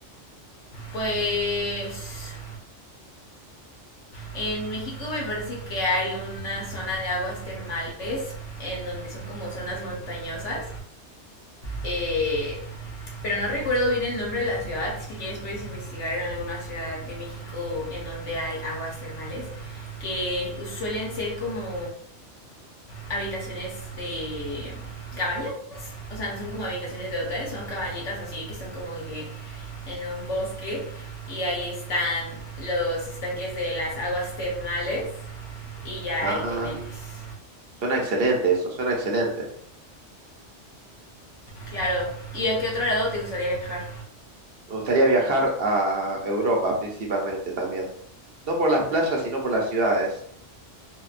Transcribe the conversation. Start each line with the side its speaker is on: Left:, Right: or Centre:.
Left: Pues En México me parece que hay una zona de aguas termales en donde son como zonas montañosas. eh, pero no recuerdo bien el nombre de la ciudad. Si quieres puedes investigar en alguna ciudad de México en donde hay aguas termales que suelen ser como habitaciones de cabañas. O sea, no son como habitaciones de hoteles, son cabañitas así que están como que en un bosque. Y ahí están los estanques de las aguas termales. Y ya
Right: Ah,
Left: ahí te metes.
Right: suena excelente eso, suena excelente.
Left: Claro. ¿Y a qué otro lado te gustaría viajar?
Right: Me gustaría viajar a Europa principalmente también. No por las playas, sino por las ciudades.